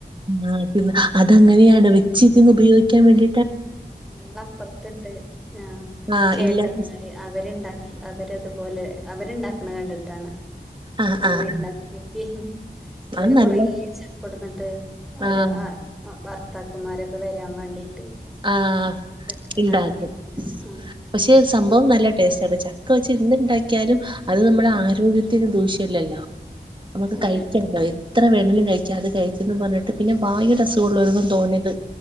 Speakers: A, on the right; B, in the centre.
A: ആ പിന്നെ അതങ്ങനെയാണ് വെച്ചിരുന്ന് ഉപയോഗിക്കാൻ വേണ്ടി
B: ഞങ്ങളപ്പുറത്തണ്ട് ആ
A: ആഹ്
B: ചേട്ടന്മാര്
A: ഇല്ലാത്ത
B: അവരുണ്ടാക്കി അവര് ഇത്പോലെ അവരുണ്ടാക്കണ കണ്ടിട്ടാണ്
A: ആഹ്
B: അമ്മ
A: ആഹ്
B: ഉണ്ടാക്കിയോക്കിയെ അവര്
A: അത് നല്ല
B: കൊറേ ചപ്പടന്നു ണ്ട്. ഓരോ
A: ആഹ്
B: ആ ഭർത്താക്കന്മാരൊക്കെ വരാൻ വേണ്ടിട്ട്
A: ആ
B: ചക്കക്കാലം
A: ഉണ്ടാക്കും
B: കഴിയുമ്പോത്തിന് ആ
A: പക്ഷെ സംഭവം ന ല്ല ടേസ്റ്റ് ആ ചക്ക വെച്ച് എന്ത്‌ണ്ടാക്കിയാലും അത്
B: ഉം
A: നമ്മുടെ ആരോഗ്യത്തിന് ദൂഷ്യല്ലല്ലോ നമുക്ക്
B: അതന്നെ
A: കഴിക്കാലോ എത്ര വേ ണെങ്കിലും കഴിക്കാ അത് കഴിച്ചെന്നും പറഞ്ഞിട്ട് പിന്നെ വായുടെ അസുഖള്ളോലൊന്നും തോന ഇത്